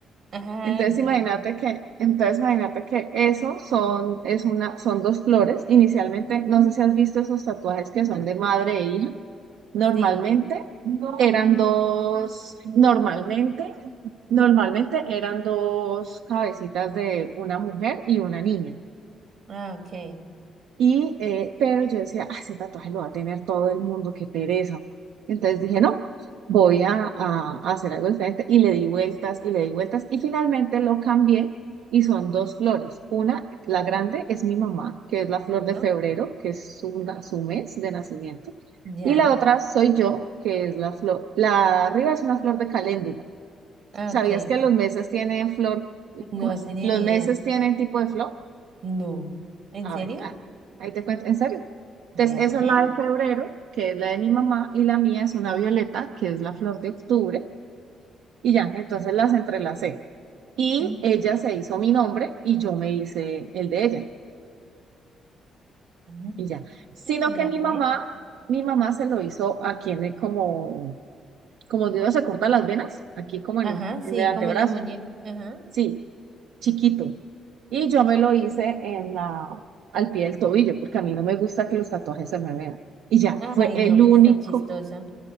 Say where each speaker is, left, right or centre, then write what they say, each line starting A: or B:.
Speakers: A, on the right; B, on the right.
A: Ah,
B: Entonces imagínate
A: ya.
B: que, entonces imagínate que eso son, es una, son dos flores. Inicialmente, no sé si has visto esos tatuajes que son de madre e hija. Normalmente
A: Sí.
B: eran dos, normalmente, normalmente eran dos cabecitas de una mujer y una niña.
A: Ah, ok.
B: Y, eh, pero yo decía, ah, ese tatuaje lo va a tener todo el mundo, qué pereza. Entonces dije, no, voy a, a- a hacer algo diferente. Y le di vueltas y le di vueltas. Y finalmente lo cambié y son dos flores. Una, la grande, es mi mamá, que es la flor
A: Claro.
B: de febrero, que es su,
A: Ajá.
B: na- su mes de nacimiento.
A: Ya.
B: Y la otra soy yo, que es la flor. La de arriba es una flor de caléndula.
A: Ah,
B: ¿Sabías
A: ok.
B: que los meses tienen flor?
A: No
B: ¿Cómo es?
A: tenía
B: ¿Los
A: ni
B: meses
A: idea.
B: tienen tipo de flor?
A: No. ¿En
B: A
A: serio?
B: ver, ah, ahí te cuento. ¿En serio?
A: Mira,
B: Entonces, esa
A: pues.
B: es la de febrero, que es la de mi mamá, y la mía es una violeta, que es la flor de octubre, y ya, entonces las entrelacé. Y
A: Ujú.
B: ella se hizo mi nombre y yo me hice el de ella,
A: Ah,
B: y ya. Sino
A: mira,
B: que mi
A: pues.
B: mamá, mi mamá se lo hizo aquí en el- como, como donde uno se corta las venas, aquí como
A: Ajá,
B: en,
A: sí,
B: en el antebrazo,
A: como en la muñeca. Ajá.
B: sí, chiquito. Y yo me lo hice en la, al pie del tobillo, porque a mí no me gusta que los tatuajes se me vean. Y ya,
A: Ay,
B: fue el
A: no, pues
B: único
A: tan chistosa.